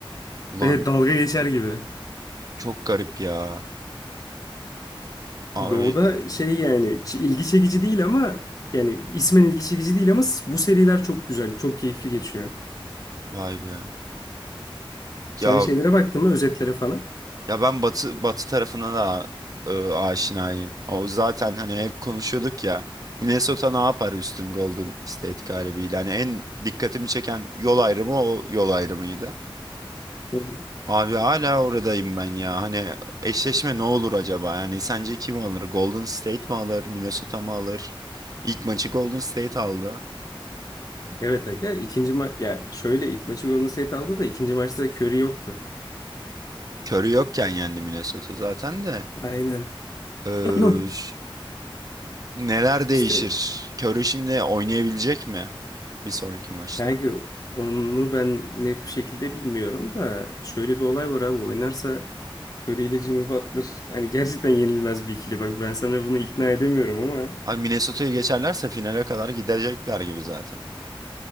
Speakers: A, on the right; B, on the left.
A: Ulan
B: De, dalga geçer gibi.
A: çok garip ya. Abi
B: Doğu'da şey yani ç- ilgi çekici değil ama yani ismen ilgi çekici değil ama s- bu seriler çok güzel, çok keyifli geçiyor.
A: vay be.
B: Sen
A: Ya
B: şeylere baktın mı özetlere falan?
A: ya ben Batı Batı tarafına da e, aşinayım. O zaten hani hep konuşuyorduk ya. Minnesota ne yapar üstün Golden State galibiyle? Hani en dikkatimi çeken yol ayrımı o yol ayrımıydı.
B: Evet
A: Abi hala oradayım ben ya. Hani eşleşme ne olur acaba? Yani sence kim alır? Golden State mi alır? Minnesota mı alır? İlk maçı Golden State aldı.
B: Evet aga ikinci ma ya şöyle ilk maçı Golden State aldı da ikinci maçta Curry yoktu.
A: Curry yokken yendi Minnesota zaten de.
B: Aynen.
A: Ee,
B: <clears throat>
A: ş- neler değişir?
B: İşte
A: Curry şimdi oynayabilecek mi? Bir sonraki maçta.
B: kanka onu ben net bir şekilde bilmiyorum da şöyle bir olay var abi oynarsa Curry ile Jimmy Butler hani gerçekten yenilmez bir ikili bak ben sana bunu ikna edemiyorum ama
A: Abi Minnesota'yı geçerlerse finale kadar gidecekler gibi zaten.